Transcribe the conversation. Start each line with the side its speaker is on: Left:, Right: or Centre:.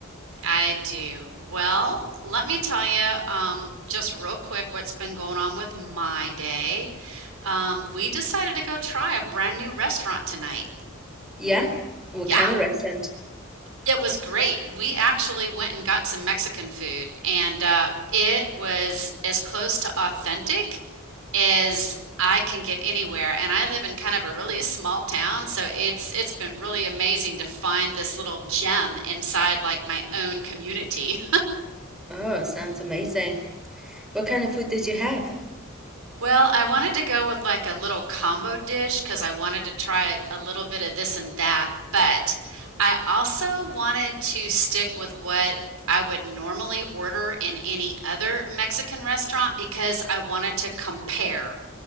Right: I do. Well, let me tell you um, just real quick what's been going on with my day. Um, we decided to go try a brand new restaurant tonight.
Centre: Yeah? What
Right: Yeah.
Centre: kind of restaurant?
Right: It was great. We actually went and got some Mexican food, and uh, it was as close to authentic as I can get anywhere. And I live in kind of a really small town, so it's it's been really amazing to find this little gem inside like my own community.
Centre: Oh, sounds amazing. What kind of food did you have?
Right: Well, I wanted to go with like a little combo dish because I wanted to try a little bit of this and that, but I also wanted to stick with what I would normally order in any other Mexican restaurant because I wanted to compare